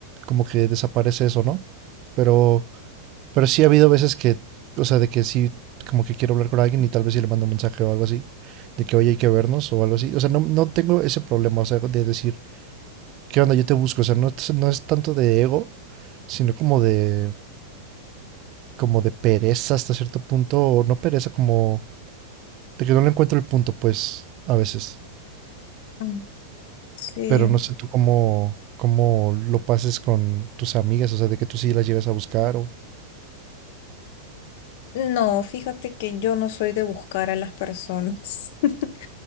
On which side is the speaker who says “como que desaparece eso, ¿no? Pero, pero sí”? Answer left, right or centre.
Right